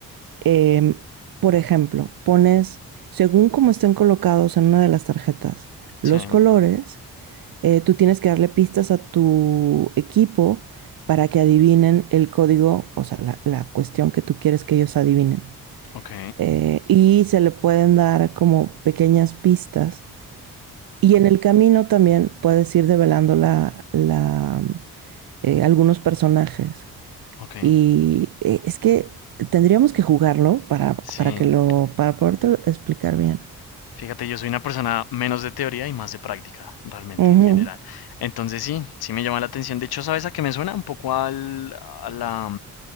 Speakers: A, on the right; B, on the left.
A: Em, por ejemplo, pones, según cómo estén colocados en una de las tarjetas, los
B: sí,
A: colores, eh, tú tienes que darle pistas a tu equipo para que adivinen el código, o sea, la, la cuestión que tú quieres que ellos adivinen.
B: ok,
A: Eh, y se le pueden dar como pequeñas pistas y en el camino también puedes ir develando la, la, eh, algunos personajes.
B: ok,
A: Y eh, es que tendríamos que jugarlo para, para
B: sí.
A: que lo, para podértelo explicar bien.
B: Fíjate, yo soy una persona menos de teoría y más de práctica, realmente,
A: Ujú.
B: en general. Entonces sí, sí me llama la atención. De hecho, ¿sabes a qué me suena? Un poco al, a la...